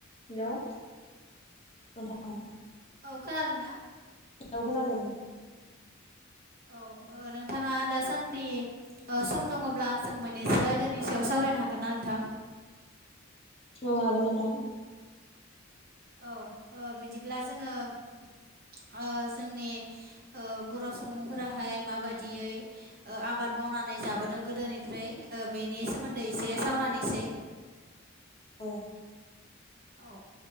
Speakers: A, on the left; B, on the right.
A: Hello नोंथां।
B: औ खोनादों ना?
A: औ खोनादों।
B: औ। ओ नोंथाङा दासान्दि ओ सम दङब्ला आंजों मोननैसो आयदानि सायाव सावरायनो हागोन ना नोंथां?
A: औ हागोन नोंथां।
B: औ ओ बिदिब्ला जोङो ओ जोंनि ओ बर' सुबुंफोराहाय माबादियै ओ आबाद मावनानै जाबोदों गोदोनिफ्राय। ओ बेनि सोमोन्दै एसे सावरानोसै।
A: औ।
B: औ